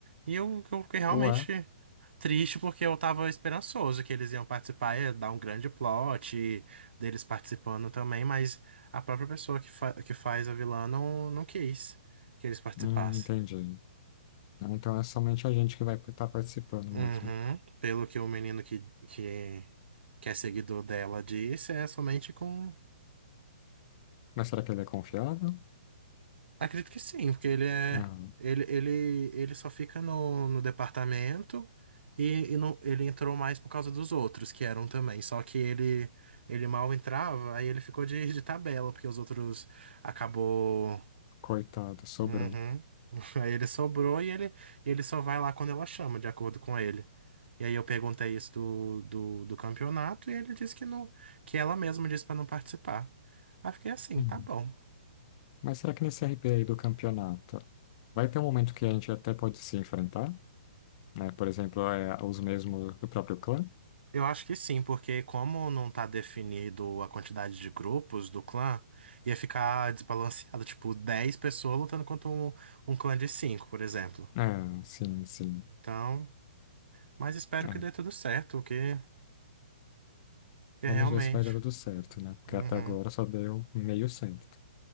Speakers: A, on the right; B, on the left.
A: E eu, eu fiquei realmente
B: Ué,
A: triste porque eu tava esperançoso que eles iam participar, ia dar um grande plot e deles participando também, mas a própria pessoa que, fa que faz a vilã não, não quis que eles participassem.
B: hum, entendi. Então é somente a gente que vai estar participando
A: Uhum.
B: mesmo.
A: Pelo que o menino que, que, é, que é seguidor dela disse, é somente com
B: Mas será que ele é confiável?
A: Acredito que sim, porque ele é.
B: Ah,
A: Ele, ele, ele só fica no, no departamento e, e não, ele entrou mais por causa dos outros que eram também. Só que ele, ele mal entrava, aí ele ficou de, de tabela, porque os outros acabou.
B: coitado, sobrou.
A: Uhum. <laughs> Aí ele sobrou e ele, ele só vai lá quando ela chama, de acordo com ele. E aí eu perguntei isso do, do, do campeonato e ele disse que não, que ela mesma disse pra não participar. Aí eu fiquei assim,
B: Hum.
A: tá bom.
B: Mas será que nesse RP aí do campeonato vai ter um momento que a gente até pode se enfrentar? Né? Por exemplo, é, os mesmos do próprio clã?
A: Eu acho que sim, porque como não tá definido a quantidade de grupos do clã, ia ficar desbalanceado, tipo, 10 pessoas lutando contra um, um clã de 5, por exemplo.
B: É, sim, sim.
A: Então, mas espero
B: É.
A: que dê tudo certo, que, que realmente.
B: Vamos ver se vai dar tudo certo, né? Porque
A: Uhum.
B: até agora só deu meio certo.